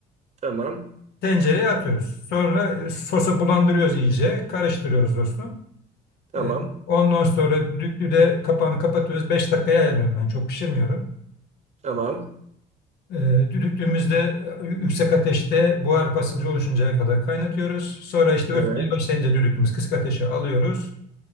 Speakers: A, on the right; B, on the left.
A: Tamam.
B: Tencereye atıyoruz. Sonra e, sosa bulandırıyoruz iyice. Karıştırıyoruz dostum.
A: Tamam.
B: Ee, ondan sonra düdüklü kapağını kapatıyoruz. 5 dakikaya ayarlıyorum ben. Çok pişirmiyorum.
A: Tamam.
B: Ee, düdüklüğümüzde e, yüksek ateşte buhar basıncı oluşuncaya kadar kaynatıyoruz. Sonra işte ötmeye
A: Evet.
B: başlayınca düdüklümüz kısık ateşe alıyoruz.